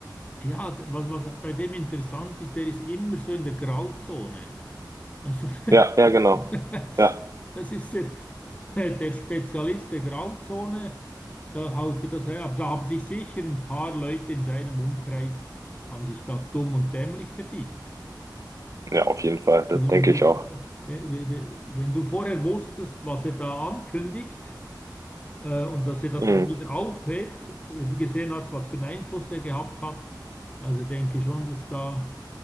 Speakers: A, on the left; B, on the right.
A: Ja, d- was, was bei dem interessant ist, der ist immer so in der Grauzone. Also,
B: ja, ja, genau.
A: <laughs>
B: Ja,
A: das ist der, der Spezialist der Grauzone, da haut er das her. Aber da haben sich sicher ein paar Leute in seinem Umkreis, haben sich da dumm und dämlich verdient.
B: ja, auf jeden Fall. Das
A: Also
B: denke
A: wenn du,
B: ich auch.
A: wenn, wenn wenn du vorher wusstest, was er da ankündigt, äh, und dass er das
B: Mhm.
A: dann wieder aufhebt, wenn du gesehen hast, was für einen Einfluss der gehabt hat, also denke schon, dass da...